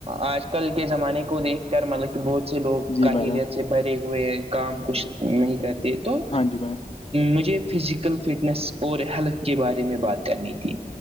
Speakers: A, on the right; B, on the left.
A: آج کل کے زمانے کو دیکھ کر مطلب کہ بہت سے لوگ
B: جی
A: کاہیلیت
B: بھائی جان
A: بھرے ہوئے کام کچھ نہیں کرتے تو
B: ہاں جی بھائی
A: مجھے فزیکل فٹنس اور ہیلتھ کے بارے میں بات کرنی تھی